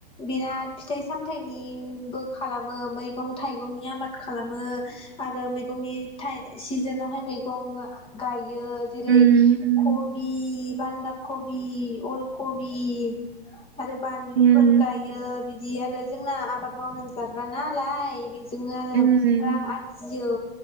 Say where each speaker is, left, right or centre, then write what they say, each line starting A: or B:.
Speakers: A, on the left; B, on the right.
A: बिराद फिथाइ सामथायाइनि। उं बो खालामो मैगं थाइगंनि आबाद खालामो आरो मैगंनि थाय सिजोनावहाय मैगं गाय। यो जेरै
B: उम
A: हो
B: उम
A: खबि बानदा। कबि अलकबि। आरो बानलुफोर
B: उम
A: गायो। बिदि आरो जोंना आबाद मावनानै जाग्रा नालाय बि। जोङो आरो
B: उम
A: रां आरजियो।